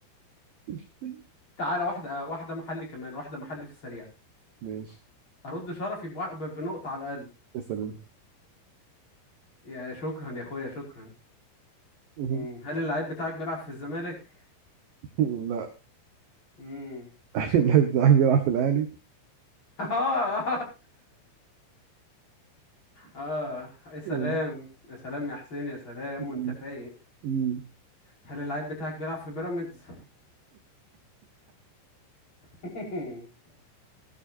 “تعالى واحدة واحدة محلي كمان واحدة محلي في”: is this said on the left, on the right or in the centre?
Left